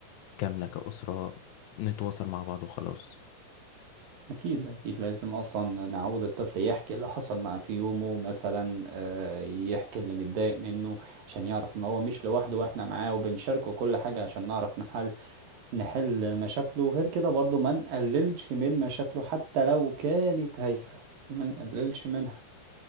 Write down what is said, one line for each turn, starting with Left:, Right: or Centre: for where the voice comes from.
Left: كاملة كأسرة نتواصل مع بعض وخلاص
Right: اكيد اكيد لازم اصلا نعود الطفل يحكي اللي حصل معاه في يومه مثلا آه يحكي اللي متضايق منه عشان يعرف ان هو مش لوحده واحنا معاه وبنشاركه كل حاجه عشان نعرف نحل نحل مشاكله وغير كده برضو ما نقللش من مشاكله حتى لو كانت هايفة ما نقللش منها